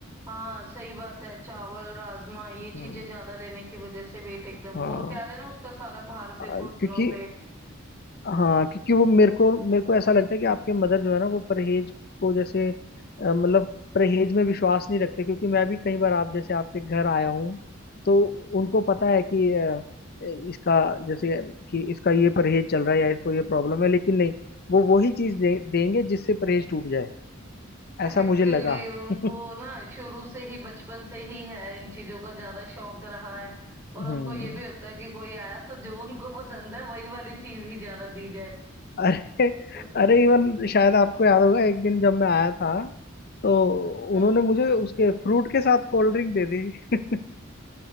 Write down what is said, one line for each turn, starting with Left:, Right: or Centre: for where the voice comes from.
Right: हाँ सही बात है चावल राजमा ये
Left: हम्म
Right: चीजें ज्यादा लेने की वजह से वेट एकदम
Left: हाँ
Right: वो कह रहे हैं ना उसका सारा भार फिर
Left: आ,
Right: घुटनों
Left: क्योंकि
Right: पे
Left: हाँ क्योंकि वो मेरे को मेरे को ऐसा लगता है कि आपके मदर जो है ना वो परहेज को जैसे अ, मतलब परहेज में विश्वास नहीं रखते क्योंकि मैं भी कई बार आप जैसे आपके घर आया हूँ तो उनको पता है कि अ, इसका जैसे कि इसका ये परहेज चल रहा है या इसको ये प्रॉब्लम है लेकिन नहीं वो वही चीज दे, देंगे जिससे परहेज टूट जाए ऐसा
Right: एक्चुअली
Left: मुझे लगा
Right: उनको
Left: <laughs>
Right: ना शुरू से ही बचपन से ही है इन चीजों का ज्यादा शौक रहा है और उनको
Left: हम्म
Right: ये भी होता है कि कोई आया तो जो उनको पसंद है वही वाली चीज ही ज्यादा दी जाए
Left: अरे
Right: तो
Left: अरे इवन शायद आपको याद होगा एक दिन जब मैं आया था तो
Right: हम्म
Left: उन्होंने मुझे उसके फ्रूट के साथ कोल्ड ड्रिंक दे दी <laughs>